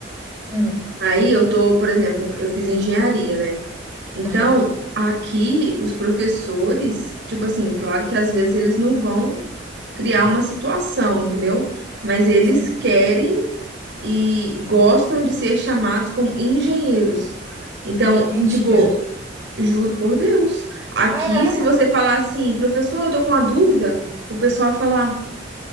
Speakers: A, on the right (about 15°); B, on the right (about 65°).
A: Hum.
B: Aí eu tô, por exemplo, eu fiz engenharia, né? Então,
A: Aham.
B: aqui os professores, tipo assim, claro que às vezes eles não vão criar uma situação, entendeu? Mas eles
A: Sim.
B: querem e gostam de ser chamados como engenheiros. Então,
A: Mentira.
B: tipo, juro por Deus, aqui
A: Caraca!
B: se você falar assim, professor, eu tô com uma dúvida, o pessoal vai falar,